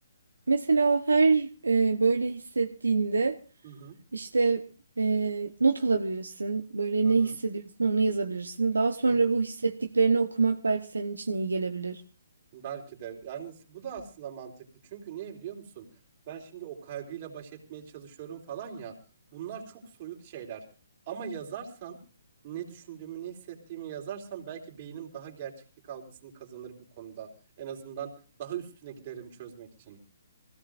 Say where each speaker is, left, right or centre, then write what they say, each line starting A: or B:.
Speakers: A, on the right; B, on the right.
A: mesela her e, böyle hissettiğinde
B: Hı hı,
A: işte e, not alabilirsin. Böyle
B: hı hı,
A: ne hissediyorsun onu yazabilirsin. Daha sonra
B: hı hı.
A: bu hissettiklerini okumak belki senin için iyi gelebilir.
B: Belki de. Yani bu da aslında mantıklı. Çünkü niye biliyor musun? Ben şimdi o kaygıyla baş etmeye çalışıyorum falan ya. Bunlar çok soyut şeyler. Ama yazarsam ne düşündüğümü, ne hissettiğimi yazarsam belki beynim daha gerçeklik algısını kazanır bu konuda. En azından daha üstüne giderim çözmek için.